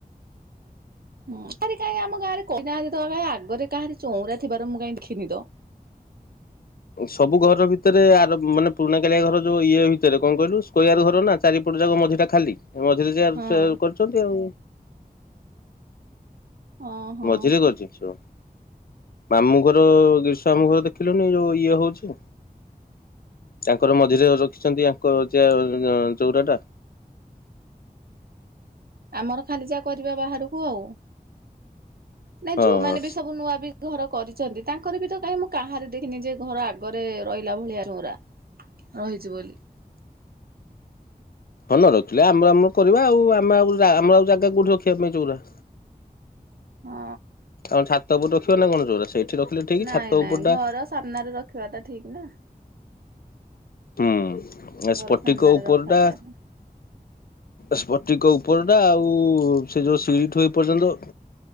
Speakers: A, on the right; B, on the left.
A: ହଁ ଆଗରେ କାହିଁ ଆମ ଗାଁରେ କହି ନାହାନ୍ତି ତ ଆଗରେ କାହାରି ଚଉଁରା ଥିବାର ମୁ କାହିଁ ଦେଖିନି ତ।
B: ସବୁ ଘର ଭିତରେ ଆର ମାନେ ପୁରୁଣା କାଳିଆ ଘର ଯୋଉ ଇଏ ଭିତରେ କଣ କହିଲୁ ସ୍କଆର ଘର ନା। ଚାରିପଟ ଯାକ ମଝିଟା ଖାଲି ମଝିରେ ଯା
A: ହଁ
B: ଚାର କରିଛନ୍ତି ଆଉ।
A: ଓହୋ
B: ମଝିରେ କରିଚନ୍ତି ଚ। ମାମୁଁ ଘର ଗିରିଷ୍ ମାମୁଁ ଘର ଦେଖିଲୁନି ଯୋଉ ଇଏ ହଉଛି। ତାଙ୍କର ମଝିରେ ରଖିଛନ୍ତି ଆଙ୍କ ଚିଆର ଚଉଁରା ଟା।
A: ଆମର ଖାଲି ଯା କରିବା ବାହାରକୁ ଆଉ। ନାଇଁ
B: ହଁ।
A: ଯୋଉମାନେ ବି ସବୁ ନୂଆ ବି ଘର କରିଚନ୍ତି। ତାଙ୍କର ବି ତ କାହିଁ ମୁଁ କାହାରି ଦେଖିନି ଯେ ଘର ଆଗରେ ରହିଲା ଭଳିଆ ରଉଁରା ରହିଛି ବୋଲି।
B: ହ ନ ରଖିଲେ ଆମ ଆମ କରିବା ଆଉ ଆମ ଆଉ ଯା ଆମ ଆଉ ଜାଗା କଉଠି ରଖିବା ପାଇଁ ଚଉଁରା।
A: ହୁଁ।
B: ଆ ଛାତ ଉପରେ ରଖିବା ନା କଣ ଚଉଁରା ସେଇଠି ରଖିଲେ ଠିକ୍
A: ନାଇଁ
B: ଛାତ
A: ନାଇଁ
B: ଉପର ଟା
A: ଘର ସାମ୍ନାରେ ରଖିବାଟା ଠିକ୍ ନା।
B: ହୁଁ
A: ଘର
B: ସ୍ପଟିକ
A: ସାମ୍ନାରେ
B: ଉପରଟା
A: ରଖାଯାଏ ନା।
B: ସ୍ପଟିକ ଉପରଟା ଆଉ ସେ ଯେଉ ସିଡିଠୁ ଏ ପର୍ଯ୍ୟନ୍ତ